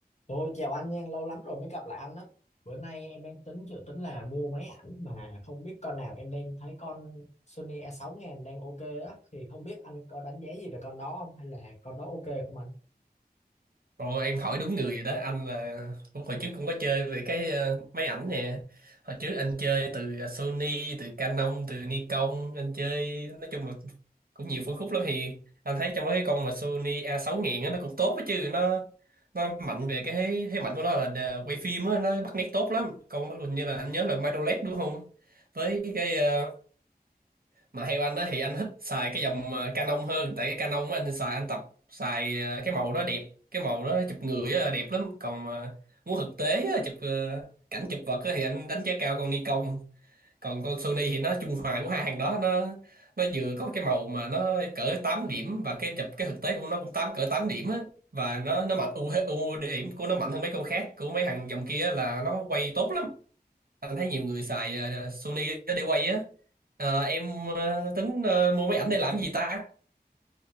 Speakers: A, on the left; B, on the right.
A: Tôi chào anh nha, lâu lắm rồi mới gặp lại anh á. Bữa nay em đang tính dự tính là mua máy ảnh mà không biết con nào em đang thấy con Sony A6000 đang ok á thì không biết anh có đánh giá gì về con đó không hay là con đó ok không
B: Ồ, em hỏi đúng người rồi đó anh là cũng hồi trước cũng có chơi về cái ờ, máy ảnh nè hồi trước anh chơi từ ờ, Sony từ Canon từ Nikon anh chơi nói chung là cũng nhiều phân khúc lắm thì anh thấy trong đó cái con mà Sony A6000 á nó cũng tốt á chứ nó nó mạnh về cái thế thế mạnh của nó là đờ- quay phim á nó bắt nét tốt lắm con nó hình như là anh nhớ là micro LED đúng không với cái ờ, mà theo anh á thì anh thích xài cái dòng ờ, Canon hơn tại cái Canon của anh xài anh tập xài ờ, cái màu đó đẹp cái màu đó chụp người á, đẹp lắm còn mà muốn thực tế á, chụp ờ, cảnh chụp vật á, thì anh đánh giá cao con Nikon còn con Sony thì nó trung hòa của hai hàng đó nó nó vừa có cái màu mà nó cỡ 8 điểm và cái chụp cái thực tế của nó cũng tám cỡ 8 điểm á và nó nó mạnh ưu ưu điểm của nó mạnh hơn mấy con khác của mấy thằng dòng kia là nó quay tốt lắm anh thấy nhiều người xài ờ, Sony để quay á Ờ, em ờ, tính ờ, mua máy ảnh để làm gì ta